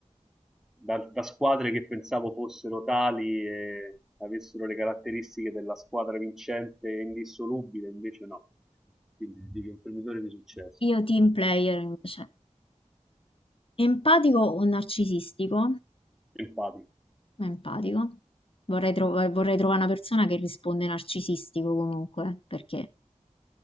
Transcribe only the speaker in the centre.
da, da squadre che pensavo fossero tali e avessero le caratteristiche della squadra vincente e indissolubile, invece no. Quindi dico un imprenditore di successo,
empatico.